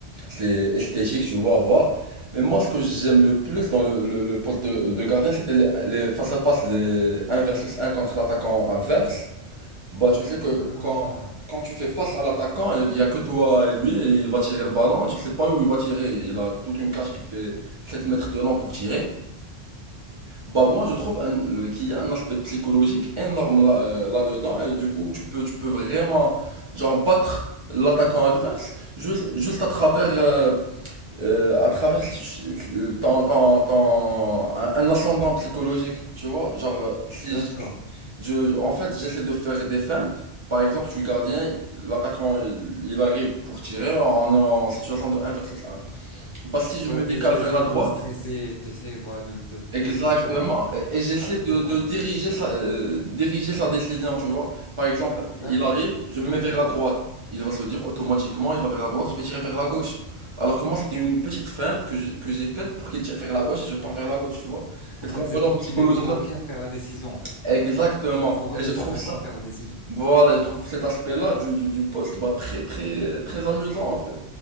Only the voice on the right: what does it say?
c'est esthétique, tu vois, à voir. Mais moi, ce que j'aime le plus dans le, le, le poste de, de gardien, c'était les, les face à face, les un versus un contre l'attaquant adverse. Bah, tu sais que
quand, quand tu fais face à l'attaquant, il y a que toi et lui, et il va tirer le ballon, tu sais pas où il va tirer. Il a toute une cage qui fait 7 mètres de long pour tirer. Bah, moi, je trouve un- qu'il y a un aspect psychologique énorme là, euh, là-dedans, et du coup, tu peux, tu peux vraiment, genre, battre l'attaquant adverse juste, juste à travers, euh, euh, à travers si tu- le- ton, ton, ton- un, un ascendant psychologique, tu vois. Genre, euh, si
je, je- en fait, j'essaie de faire des feintes. Par exemple, je suis gardien, l'attaquant, il il arrive pour tirer, on est en situation de un versus un Bah, si je
me
décale
vers la droite,
Exactement,
et, et j'essaie
de,
de
diriger sa, euh, diriger sa décision, tu vois. Par exemple,
il arrive, je
me mets vers la droite. Il va se dire automatiquement, il va vers la droite, je vais tirer vers la gauche. Alors que moi, c'était une petite feinte que je- que j'ai faite pour qu'il tire vers la gauche et je pars vers la gauche, tu vois.
Cette
composante
psychologique-là.
Exactement.
Et je
trouve
ça,
voilà, je trouve cet aspect-là du, du, du poste, bah, très, très, euh, très amusant, en fait.